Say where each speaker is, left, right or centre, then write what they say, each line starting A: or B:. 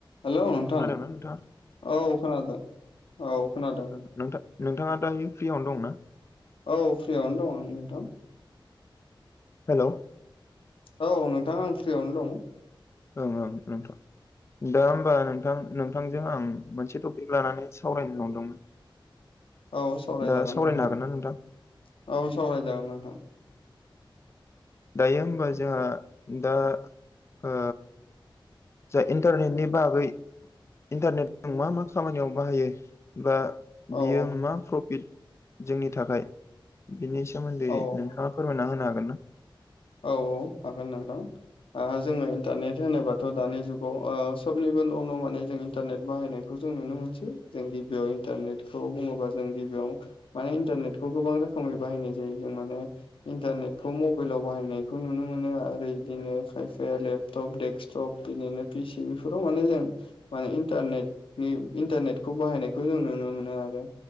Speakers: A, on the left (about 80°); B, on the left (about 30°).
A: Hello नोंथां
B: औ खोनादोंना नोंथाङा?
A: औ खोनादों। औ खोनादों।
B: थां नोंथाङा दा फ्रियावनो दंना?
A: औ फ्रियावनो दङ' नोंथां
B: हेल'
A: औ नोंथां आं फ्रियावनो दं।
B: ओं ओं नोंथां दा होमबा नोंथां। नोंथां नोंथांजों आं मोनसे टपिक लानानै सावरायनो नंदोंमोन।
A: औ सावरायजागोन
B: दा सावरायनो
A: नोंथां
B: हागोन
A: औ
B: ना नोंथां?
A: सावरायजागोन नोंथां।
B: दायो होमबा जोंहा दा ओ जा इन्टारनेटनि बागै इन्टारनेट मा मा खामानियाव बाहायो दा
A: औ
B: बियो
A: औ
B: मा प्रफिट जोंनि थाखाय बिनि सोमोन्दै
A: औ औ
B: नोंथाङा फोरमायना होनो हागोन ना?
A: औ औ हागोन नोंथां। जोङो इन्टारनेट होनोबाथ' दानि जुगाव सबनिबो न' न' माने जों इन्टारनेट बाहायनाय खौ जों नुनो मोनसै जों गिबियाव इन्टारनेटखौ बुङोबा जों गिबियाव माने इन्टारनेटखौ गोबां रोखोमै बाहायनाय जायो जों माने इन्टारनेटखौ मबाइलाव बाहायनायखौ नुनो मोनो आरो बिदिनो खायफाया लेपटप दडेक्कटप बिनिनो फि सि बेफोराव माने जों माने इन्टारनेटनि इन्टारनेटखौ बाहायनायखौ जों नुनो मोनो आरो